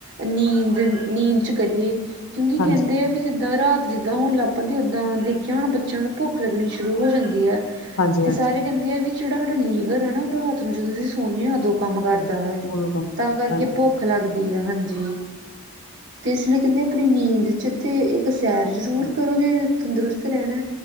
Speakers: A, on the right; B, on the left.
A: ਨੀਂਦ-ਨੀਂਦ'ਚ ਕਰੀਏ, ਕਿਉਂਕਿ
B: ਹਾਂਜੀ
A: ਕਹਿੰਦੇ ਆ ਵੀ ਜਿਦਾਂ ਰਾਤ ਜਿੱਦਾਂ ਹੋਨ ਲੱਗ ਪੈਂਦੀ, ਓਦਾਂ ਦੇਖਿਆ ਹੋਣਿਆ ਬੱਚਿਆਂ ਨੂੰ ਭੁੱਖ ਲੱਗਨੀ ਸ਼ੁਰੂ ਹੋ ਜਾਂ
B: ਹਾਂਜੀ
A: ਤੇ
B: ਹਾਂਜੀ
A: ਸਾਰੇ ਕਹਿੰਦੇ ਆ, ਵੀ ਜੇਹੜਾ ਹਾਡਾ ਲੀਵਰ ਆ ਨਾ, ਓ ਰਾਤ ਨੂੰ ਜਦੋਂ ਅਸੀ ਸੋਂਦੇ ਆਂ, ਅਦੋ ਕੰਮ ਕਰਦਾ ਵੈ,
B: ਉਦੋਂ ਕੰਮ ਕਰਦਾ
A: ਤਾਂ ਕਰਕੇ
B: ਹਾਂਜੀ
A: ਭੁੱਖ ਲੱਗਦੀ ਆ, ਹਾਂਜੀ। ਤੇ ਇਸ ਲਈ ਕਹਿੰਦੇ ਆਪਨੀ ਨੀਂਦ'ਚ ਤੇ, ਇੱਕ ਸੈਰ ਜ਼ਰੂਰ
B: ਹਾਂਜੀ
A: ਕਰੋ, ਜੇ ਤੰਦਰੁਸਤ ਰਹਿਣਾ।